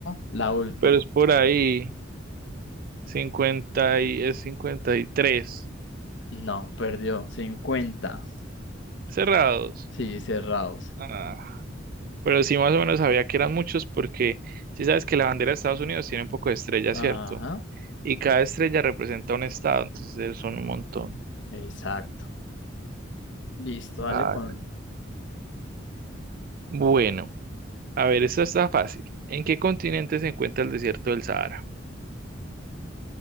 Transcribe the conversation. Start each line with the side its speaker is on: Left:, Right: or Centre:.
Left: la última.
Right: pero es por ahí. 50 y es 53
Left: No, perdió. cincuenta
Right: cerrados.
Left: Sí, cerrados.
Right: Ah, pero sí más o menos sabía que eran muchos porque sí sabes que la bandera de Estados Unidos tiene un poco de estrellas,
Left: Ajá,
Right: ¿cierto? Y cada estrella representa un estado, entonces son un montón.
Left: exacto. Listo, dale
Right: Ah,
Left: con...
Right: bueno, a ver, esta está fácil. ¿En qué continente se encuentra el desierto del Sahara?